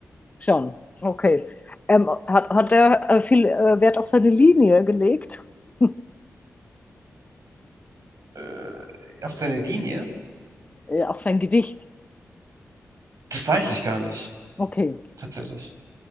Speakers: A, on the left; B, on the right.
A: Schon. Okay. Ähm, hat, hat er äh, viel äh, Wert auf seine Linie gelegt? <laughs>
B: Äh, auf seine Linie?
A: Auf sein Gewicht.
B: Das weiß ich gar nicht,
A: Okay.
B: tatsächlich.